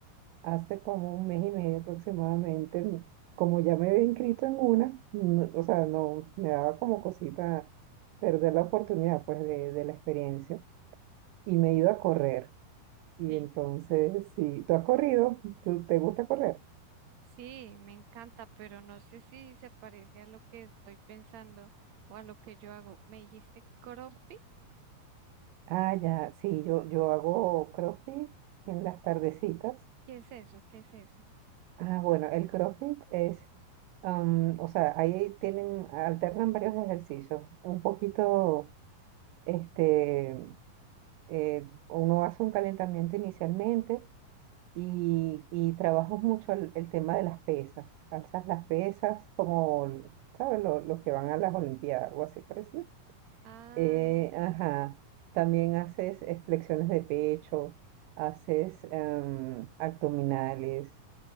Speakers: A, on the right; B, on the right.
A: Hace como un mes y medio aproximadamente, m- como ya me había inscrito en una, no- o sea, no me daba como cosita perder la oportunidad pues de, de la experiencia y me he ido a correr. Y
B: Sí,
A: entonces, si tú has corrido, ¿tú te gusta correr?
B: Sí, me encanta, pero no sé si se parece a lo que estoy pensando o a lo que yo hago. ¿Me dijiste CrossFit?
A: Ah, ya, sí, yo, yo hago CrossFit en las tardecitas.
B: ¿Qué es eso? ¿Qué es eso?
A: Ah, bueno, el CrossFit es, am, o sea, ahí tienen, alternan varios ejercicios, un poquito, este eh, uno hace un calentamiento inicialmente y, y trabajas mucho el, el tema de las pesas. Alzas las pesas como, ¿sabes? Lo- Los, que van a las Olimpiadas, algo así parecido.
B: Ah,
A: Eh,
B: ya,
A: ajá. También haces eh, flexiones de pecho, haces em, abdominales,